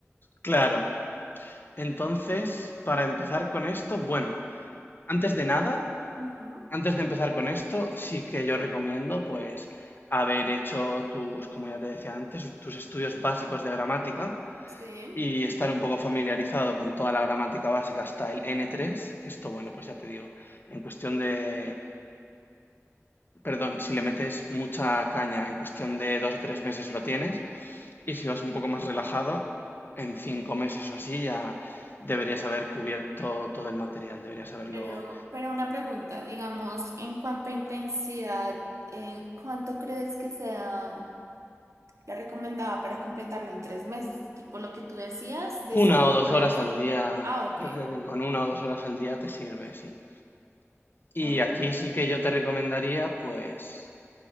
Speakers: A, on the left; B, on the right.
A: claro. Entonces, para empezar con esto, bueno, antes de nada,
B: Ujú,
A: Antes de empezar con esto, sí que yo recomiendo, pues, haber hecho tus, como ya te decía antes, tus estudios básicos de gramática
B: sí,
A: y estar un poco familiarizado con toda la gramática básica hasta el N3, que esto, bueno, pues ya te digo, en cuestión de, perdón, si le metes mucha caña, en cuestión de dos o tres meses lo tienes, y si vas un poco más relajado, en cinco meses o así ya deberías haber cubierto todo el material, deberías haberlo
B: pero, pero una pregunta, digamos, en cuanto a intensidad, eh, ¿cuánto crees que sea? La recomendaba para completarlo en tres meses, tipo lo que tú decías, de cinco
A: Una o dos
B: horas.
A: horas al día,
B: Ah, ok.
A: yo creo que con una o dos horas al día te sirve, sí. Y
B: Ok.
A: aquí sí que yo te recomendaría, pues,